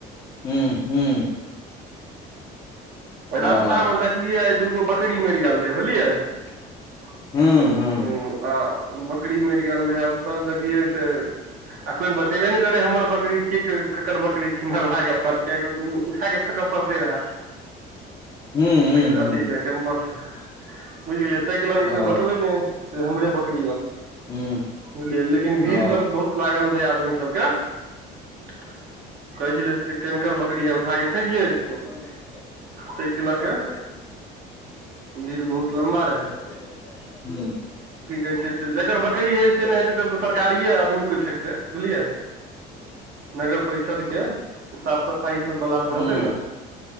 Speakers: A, on the left; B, on the right.
A: हूँ हूँ
B: रास्तामे
A: ओ
B: देखलियै आय दूगो बकरी मरि गेल रहै। बुझलियै ह
A: हूँ हूँ
B: आ बकरी मरि गेल रहै आब सब देखियए से आ कोई ब तेबे नहि करै हमर बकरी छियै केकड़ बकरी छी, मरलाक के बाद कियाकि ओ उठाक फेकऽ पड़ते रहेऽ
A: हूँ हूँ
B: क अथी
A: हूँ
B: से कैम्पस से। बुझ गेलियै, ताहि के लऽ के
A: ओ
B: कोइ बतबै नै से हमरे बकरी य,
A: हूँ
B: बुझलियै लेकिन भीड़
A: ओ
B: सब बहुत लागल रहै आदमी सबके। कहै छले कि केनकर बकरी है, उठाक फेेकिए इसको
A: <unintelligible>
B: तइके लऽ
A: पंचायत
B: के भीड़ बहुत लम्बा रहे
A: कहुं से बन्तै हूं
B: कहै छै से जकर बकरी है
A: <unintelligible>
B: से नहि हेतै तब तऽ सरकारिये आदमी कोइ फेकतै बुझलियै नगर परिषद के साफ सफाई ई सब बला सब
A: <inaudible> हूं
B: हेतै ने